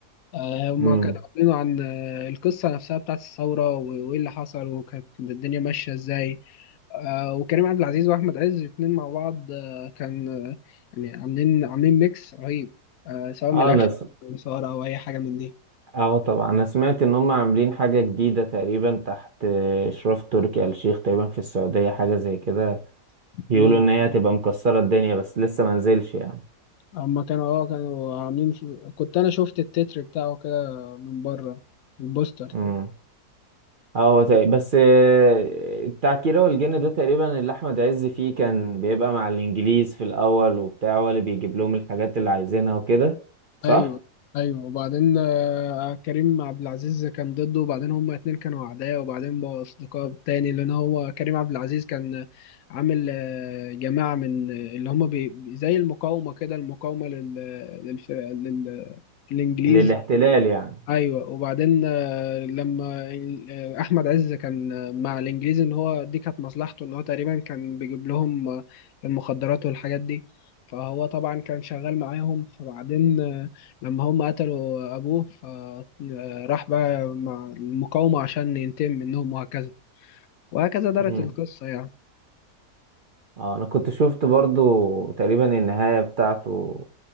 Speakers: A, on the left; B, on the right.
A: آه، هما
B: امم
A: كانوا عاملينه عن آه، القصه نفسها بتاعت الثوره و- وايه اللي حصل وكانت الدنيا ماشيه ازاي آه، وكريم عبد العزيز واحمد عز الاتنين مع بعض آه، كان آه، يعني عاملين عاملين ميكس رهيب آه، سواء
B: اه
A: من الاكشن
B: انا
A: او الإثارة أو اي حاجه من
B: اه طبعا انا سمعت ان هم عاملين حاجة جديدة تقريبا تحت اشراف تركي آل الشيخ تقريبا في السعودية حاجة زي كده بيقولوا
A: دي
B: ان هي هتبقى مكسرة الدنيا بس لسه ما نزلش يعني
A: هما كانوا اه كانوا عاملين في... كنت انا شفت التتر بتاعه كده من بره البوستر
B: امم اه هو تق- بس آه، بتاع كيرة والجن ده تقريبا اللي احمد عز فيه كان بيبقى مع الانجليز في الاول وبتاع هو اللي بيجيب لهم الحاجات اللي عايزينها وكده صح
A: ايوه ايوه وبعدين آه، كريم عبد العزيز كان ضده وبعدين هما اتنين كانوا اعداء وبعدين بقوا اصدقاء تاني لان هو كريم عبد العزيز كان عامل آه، جماعة من اللي هما بي... زي المقاومة كده المقاومة لل... للف... لل... للانجليز
B: للاحتلال
A: ايوه وبعدين آه، لما ال- آه، احمد عز كان آه، مع الانجليزي ان هو دي كانت مصلحته ان هو تقريبا كان بيجيب لهم آه، المخدرات والحاجات دي فهو طبعا كان شغال معاهم فبعدين آه، لما هم قتلوا ابوه فراح بقى مع المقاومة عشان ينتقم منهم وهكذا وهكذا دارت
B: يعني
A: القصة يعني
B: اه انا كنت شفت برضو تقريبا النهاية بتاعته